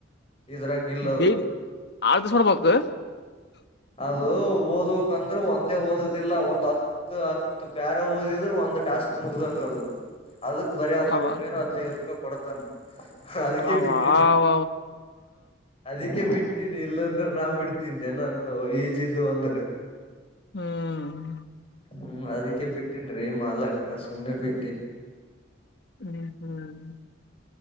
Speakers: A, on the left; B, on the left.
A: ಇದ್ರಂಗಿಲ್ಲದು
B: ಡೈಲಿ ಆರ್ ದಿವಸ ಮಾಡ್ಬೇಕು
A: ಅದು ಓದ್ಬೇಕಕ್ಂದ್ರೆ ಒಂದೇ ಓದುದಿಲ್ಲ ಒಂದ್ ಹತ್ತು ಹತ್ತು ಪ್ಯಾರ ಓದ ರು ಒಂದ್ ಟಾಸ್ಕ್ ಮುಗ್ದಂಗ ಅದು ಅದಕ್ ಬರೀ ಹತ್ತು
B: ಅವ
A: ರೂಪಾಯ ಹದ್ನೈದು ರೂಪಾಯಿ ಕೊಡತಾನ ಅದಕ್ಕೆ
B: ಅವ
A: ಬಿಟ್ಟ
B: ಅವ
A: ಅದಕ್ಕೆ ಬಿಟ್ಟ ಬಿಟ್ಟೀಿನಿ ಇಲ್ಲಾಂದ್ರ ನಾ ಬಿಡ್ತೀನ್ ಏನಂತ ಈಜದುು ಅಂದ್ರ
B: ಹ್ಮ್
A: ಹ್ಮ್ ಅದಕ್ಕೆ ಬಿಟ್ಟೇನ್ರಿ ಮಾಲಕ್ಕ ಸುಮ್ನೆ ಬಿ
B: ಹ್ಮ್ ಹ್ಮ್